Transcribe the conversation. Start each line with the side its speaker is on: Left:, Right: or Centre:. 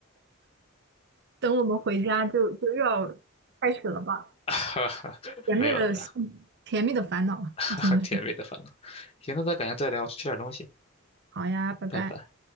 Right: 等我们回家就就又要开始了吧，
Left: <laughs>
Right: 甜蜜的
Left: 没有没
Right: 甜蜜的烦恼，
Left: 有，<laughs>
Right: 真的是。
Left: 甜蜜的烦恼。行，那咱改天再聊，我去吃点东西，
Right: 好呀，拜拜。
Left: 拜拜。